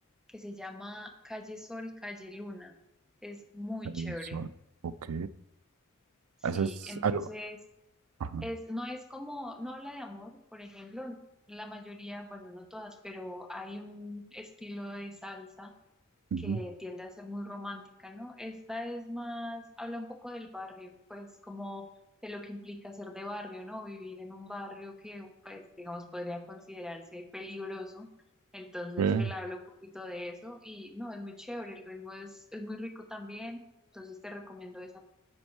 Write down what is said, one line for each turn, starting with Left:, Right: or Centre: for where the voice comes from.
Centre: que se llama Calle Sol, Calle Luna. Es muy
Right: Sensual.
Centre: chévere.
Right: Ok.
Centre: Sí,
Right: Eso es
Centre: entonces
Right: algo. Ajá.
Centre: es, no es como, no habla de amor, por ejemplo, la mayoría, bueno, no todas, pero hay un estilo de salsa
Right: Ujú.
Centre: que tiende a ser muy romántica, ¿no? Esta es más, habla un poco del barrio, pues como de lo que implica ser de barrio, ¿no? Vivir en un barrio que, pues, digamos, podría considerarse peligroso. Entonces
Right: Ve.
Centre: él habla un poquito de eso y no, es muy chévere, el ritmo es, es muy rico también, entonces te recomiendo esa